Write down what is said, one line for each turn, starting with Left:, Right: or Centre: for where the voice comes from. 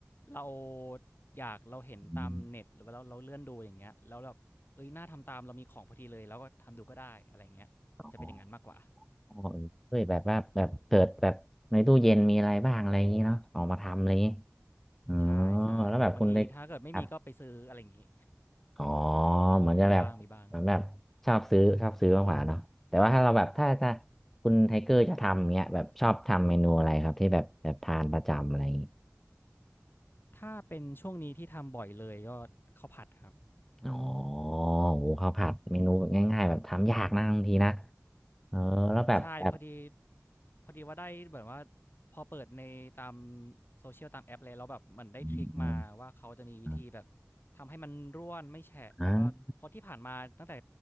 Left: เราอยากเราเห็นตามเน็ตหรือว่าเราเราเลื่อนดูอย่างเงี้ยแล้วแบบเอ้ยน่าทำตามเรามีของพอดีเลยเราก็ทำดูก็ได้อะไรอย่างเงี้ยจะเป็นอย่างนั้นมากกว่า
Centre: อืมอ๋อเออเฮ้ยแบบว่าแบบเปิดแบบในตู้เย็นมีอะไรบ้างอะไรอย่างนี้เนาะออกมาทำอะไรอย่างนี้อ๋อ
Left: ใช่ใช่บางทีถ้าเกิดไม่มีก็ไปซื้ออะไรอย่างงี้
Centre: แล้วแบบคุณไทครับ อ๋อเหมือนจะแบบเหมือนแบบชอบซื้อชอบซื้อมากกว่าเนาะแต่ว่าถ้าเราแบบถ้าถ้า
Left: ปมีบ้างมีบ้าง
Centre: คุณไทเกอร์จะทำเงี้ยแบบชอบทำเมนูอะไรครับที่แบบแบบทานประจำอะไรอย่างงี้
Left: ถ้าเป็นช่วงนี้ที่ทำบ่อยเลยก็ข้าวผัดครับ
Centre: อ๋อโหข้าวผัดเมนูแบบง่ายๆแบบทำยากนะบางทีนะเออแล้วแบบแบบ
Left: ใช่พอดีพอดีว่าได้เหมือนว่าพอเปิดในตามโซเชียลตามแอปเลยแล้วแบบมันได้ทริกมาว่าเขาจะมีวิธีแบบ
Centre: อืมอืมอม
Left: ทำให้มันร่วนไม่แฉะแล้วก็เพราะที่ผ่านมาตั้งแต่
Centre: อ่า